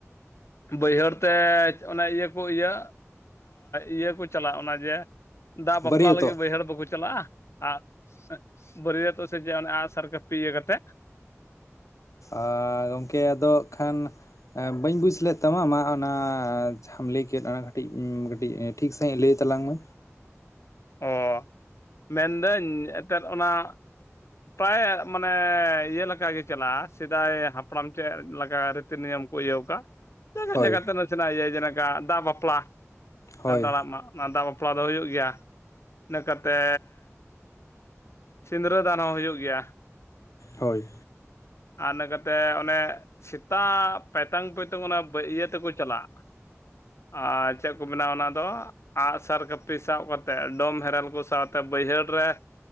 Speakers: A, on the left; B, on the left.
A: ᱵᱟᱹᱭᱦᱟᱹᱲ ᱛᱮ ᱚᱱᱮ ᱤᱭᱟᱹ ᱠᱚ ᱤᱭᱟᱹ ᱤᱭᱟᱹ ᱠᱚ ᱪᱟᱞᱟᱜᱼᱟ ᱚᱱᱮ ᱡᱮ ᱫᱟᱜ ᱵᱟᱯᱞᱟ
B: ᱵᱟᱹᱨᱭᱟᱹᱛᱚᱜ
A: ᱞᱟᱹᱜᱤᱫ ᱵᱟᱹᱭᱦᱟᱹᱲ ᱵᱟᱠᱚ ᱪᱟᱞᱟᱜᱼᱟ ᱟᱨ ᱵᱟᱹᱨᱭᱟᱹᱛᱚᱜ ᱥᱮ ᱡᱮ ᱚᱱ ᱟᱸᱜᱥᱟᱨ ᱠᱟᱹᱯᱤ ᱤᱭᱟᱹ ᱠᱟᱛᱮᱜ
B: ᱟᱨ ᱜᱚᱢᱠᱮ ᱟᱫᱚ ᱠᱷᱟᱱ ᱵᱟᱹᱧ ᱵᱩᱡᱽ ᱞᱮᱫ ᱛᱟᱢᱟ ᱟᱢ ᱚᱱᱟ ᱡᱟᱦᱟᱸᱢ ᱞᱟᱹᱭ ᱠᱮᱫ ᱚᱱᱟ ᱠᱟᱹᱴᱤᱡ ᱠᱟᱹᱴᱤᱡ ᱴᱷᱤᱠ ᱥᱟᱟᱹᱦᱤᱡ ᱞᱟᱹᱭ ᱛᱟᱞᱟᱝ ᱢᱮ
A: ᱚ ᱢᱮᱱᱫᱟᱹᱧ ᱮᱱᱛᱮᱫ ᱚᱱᱟ ᱯᱨᱟᱭ ᱢᱟᱱᱮ ᱤᱭᱟᱹ ᱞᱮᱠᱟ ᱜᱮ ᱪᱟᱞᱟᱜᱼᱟ ᱥᱮᱫᱟᱭ ᱦᱟᱯᱲᱟᱢ ᱪᱮᱫ ᱞᱮᱠᱟ ᱨᱤᱛᱤ ᱱᱤᱭᱚᱢ ᱠᱚ ᱤᱭᱟᱹᱣ ᱟᱠᱟᱫ
B: ᱦᱳᱭ
A: ᱡᱟᱭ ᱡᱟᱠᱟᱛᱮ ᱱᱟᱥᱮᱱᱟᱜ ᱤᱭᱟᱹ ᱡᱮᱠᱟ ᱫᱟᱜ ᱵᱟᱯᱞᱟ
B: ᱦᱳᱭ
A: ᱥᱟᱱᱛᱟᱲᱟᱜ ᱢᱟ ᱚᱱᱟ ᱫᱟᱜ ᱵᱟᱯᱞᱟ ᱫᱚ ᱦᱩᱭᱩᱜ ᱜᱮᱭᱟ ᱤᱱᱟᱹ ᱠᱟᱛᱮ ᱥᱤᱸᱫᱽᱨᱟᱹ ᱫᱟᱱ ᱦᱚᱸ ᱦᱩᱭᱩᱜ ᱜᱮᱭᱟ
B: ᱦᱳᱭ
A: ᱟᱨᱱᱟᱹ ᱠᱟᱛᱮ ᱚᱱᱮ ᱥᱮᱛᱟᱜ ᱯᱟᱭᱛᱟᱝ ᱯᱚᱭᱛᱩᱝ ᱚᱱᱟ ᱤᱭᱟᱹ ᱛᱮᱠᱚ ᱼᱼ ᱪᱟᱞᱟᱜ ᱟᱨ ᱪᱮᱫ ᱠᱚ ᱢᱮᱱᱟ ᱚᱱᱟ ᱫᱚ ᱼᱼ ᱟᱸᱜᱼᱥᱟᱨ ᱠᱟᱹᱯᱤ ᱥᱟᱵ ᱠᱟᱛᱮᱫ ᱰᱚᱢ ᱦᱮᱨᱮᱞ ᱠᱚ ᱥᱟᱶᱛᱮ ᱵᱟᱹᱭᱦᱟᱹᱲ ᱨᱮ ᱼᱼ